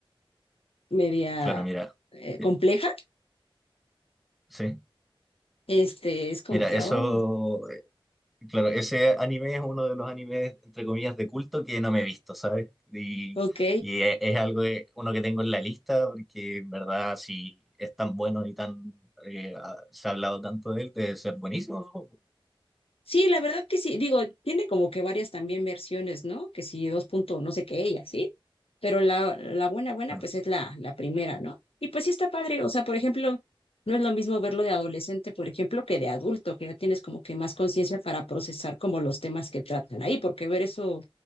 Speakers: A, on the left; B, in the centre.
A: media
B: Claro, mira,
A: eh,
B: eh,
A: compleja,
B: sí,
A: este, es como
B: mira,
A: que,
B: eso,
A: oh,
B: eh, claro, ese anime es uno de los animes, entre comillas, de culto que no me he visto, ¿sabes? Y,
A: ok.
B: y e- es algo, de- uno que tengo en la lista, porque en verdad, si es tan bueno y tan, eh, ha- se ha hablado tanto de él, debe ser buenísimo, supongo.
A: Sí, la verdad que sí, digo, tiene como que varias también versiones, ¿no? Que si dos punto no sé qué, ella, ¿sí? Pero la, la buena, buena,
B: Claro,
A: pues es la, la primera, ¿no? Y pues sí está padre, o sea, por ejemplo, no es lo mismo verlo de adolescente, por ejemplo, que de adulto, que ya tienes como que más conciencia para procesar como los temas que tratan ahí, porque ver eso